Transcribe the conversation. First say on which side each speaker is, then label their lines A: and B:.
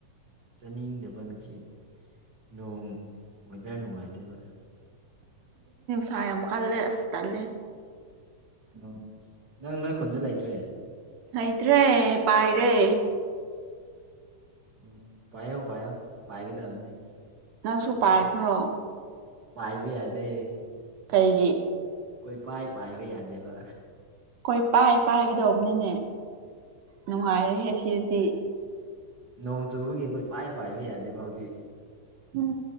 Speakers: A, on the right (about 55°); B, on the right (about 75°).
A: ꯆꯥꯅꯤꯡꯗꯕ ꯉꯁꯤ ꯅꯣꯡ ꯋꯦꯗꯔ ꯅꯨꯡꯉꯥꯏꯇꯦꯕ
B: ꯁꯝ ꯀꯥꯜꯂ ꯑꯁꯇꯥꯂ
A: ꯎꯝ ꯅꯪ ꯅꯣꯏ ꯈꯨꯟꯗ ꯂꯩꯇ꯭ꯔꯦ
B: ꯍꯩꯇ꯭ꯔꯦ ꯄꯥꯏꯔꯦ
A: ꯎꯝ ꯄꯥꯏꯣ ꯄꯥꯏꯌꯣ ꯄꯥꯏ ꯀꯗ ꯑꯝꯅꯤ
B: ꯅꯪꯁꯨ ꯄꯥꯏꯈ꯭ꯔꯣ
A: ꯄꯥꯏꯕꯤ ꯌꯥꯗꯦ
B: ꯀꯩꯒꯤ
A: ꯀꯣꯏ ꯄꯥꯏ ꯄꯥꯏꯕ ꯌꯥꯗꯦꯕ
B: ꯍꯣꯏ ꯄꯥꯏ ꯄꯥꯏꯒꯗꯧꯕꯅꯤꯅꯦ ꯅꯨꯡꯉꯥꯏꯔꯦꯍꯦ ꯁꯤꯗꯤ
A: ꯅꯣꯡ ꯆꯨꯕꯒꯤ ꯑꯩꯈꯣꯏ ꯄꯥꯏ ꯄꯥꯏꯕ ꯌꯥꯗꯦꯕ ꯍꯧꯖꯤꯛ
B: ꯎꯝ